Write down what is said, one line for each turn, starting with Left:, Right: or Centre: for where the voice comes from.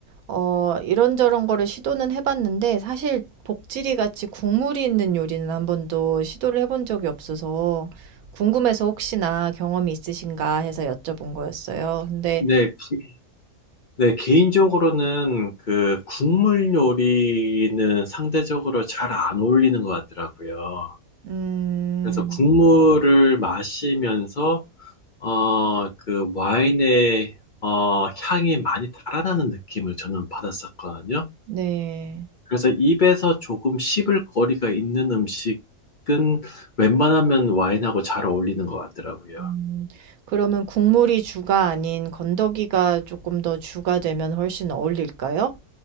Right: 어, 이런저런 거를 시도는 해봤는데 사실 복지리 같이 국물이 있는 요리는 한 번도 시도를 해본 적이 없어서 궁금해서 혹시나 경험이 있으신가 해서 여쭤본 거였어요. 근데
Left: 네, 기- 네, 개인적으로는 그 국물 요리는 상대적으로 잘 안 어울리는 것 같더라고요.
Right: 음,
Left: 그래서 국물을 마시면서 어, 그 와인의 어, 향이 많이 달아나는 느낌을 저는 받았었거든요.
Right: 네.
Left: 그래서 입에서 조금 씹을 거리가 있는 음식은 웬만하면 와인하고 잘 어울리는 것 같더라고요.
Right: 음. 그러면 국물이 주가 아닌 건더기가 조금 더 주가 되면 훨씬 어울릴까요?